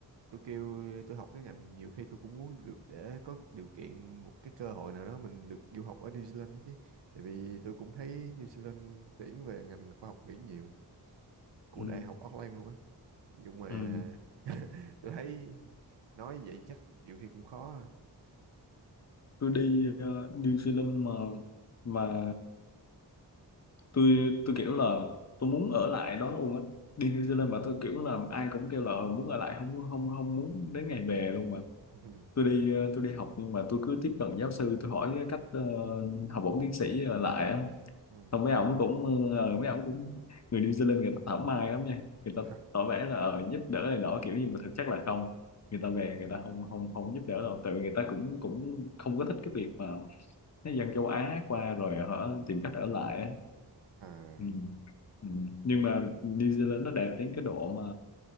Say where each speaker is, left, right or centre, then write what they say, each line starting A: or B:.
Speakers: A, on the right; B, on the left.
A: tôi kêu tôi học cái ngành nhiều khi tôi cũng muốn được để có điều kiện một cái cơ hội nào đó mình được du học ở New Zealand đó chứ tại vì tôi cũng thấy New Zealand tuyển về ngành khoa học biển nhiều của
B: Ừ.
A: đại học Auckland luôn á nhưng mà
B: Ừ.
A: <laughs> tôi thấy nói vậy chắc nhiều khi cũng khó à.
B: tôi đi ờ, New Zealand mà mà tôi tôi kiểu là tôi muốn ở lại đó luôn á đi New Zealand mà tôi kiểu là ai cũng kêu là muốn ở lại không không không muốn đến ngày về luôn mà
A: ừ.
B: tôi đi ờ, tôi đi học nhưng mà tôi cứ tiếp cận giáo sư tôi hỏi cái cách ờ, học bổng tiến sĩ ờ, lại á
A: Ừ.
B: xong mấy ổng cũng ờ, ờ, mấy ổng cũng người New Zealand người ta thảo mai lắm nha người
A: <laughs>
B: ta tỏ vẻ là ờ, giúp đỡ này nọ kiểu gì mà thực chất là không người ta về người ta không không không giúp đỡ đâu tại vì người ta cũng cũng không có thích cái việc mà cái dân châu Á qua rồi họ tìm cách ở lại á
A: à.
B: ừ. Ừ. nhưng mà New Zealand nó đẹp đến cái độ mà